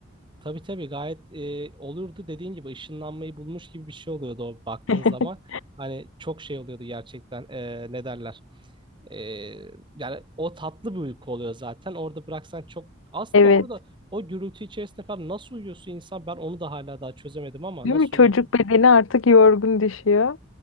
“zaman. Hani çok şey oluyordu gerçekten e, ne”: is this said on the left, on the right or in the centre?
Right